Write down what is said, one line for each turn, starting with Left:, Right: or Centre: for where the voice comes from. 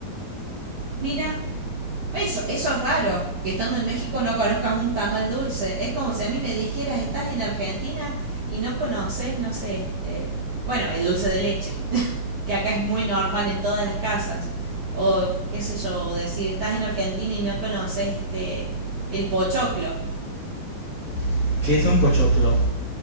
Right: Mira, Eso, eso es raro, que estando en México no conozcas un tamal dulce. Es como si a mí me dijeras, estás en Argentina y no conoces, no sé, este, bueno, el dulce de leche, <laughs> que acá es muy normal en todas las casas. O qué sé yo, decir, estás en Argentina y no conoces este el pochoclo.
Left: <laughs> que es un pochoclo.